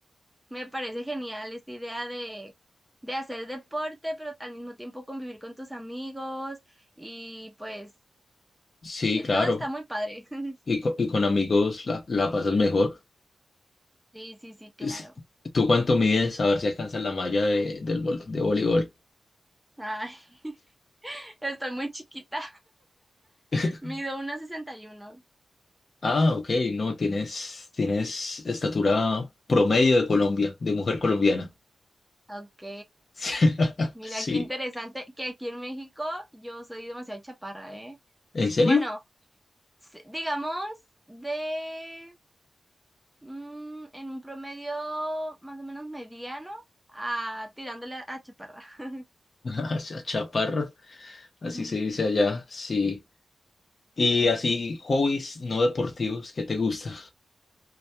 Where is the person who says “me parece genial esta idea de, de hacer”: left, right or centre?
Centre